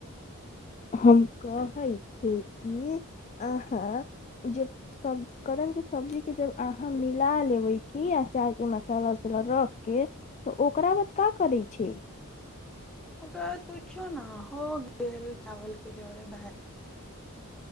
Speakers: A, on the left; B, in the centre.
A: हम कहै छियै कि अहाँ जे सभ कदम के सबजीके जब अहाँ मिला लेबै की अचारके मसाला उसाला रखके तऽ ओकरा बाद का करे छै
B: ओकरा बाद कुछो ने हो गेल चावल के जोरे भात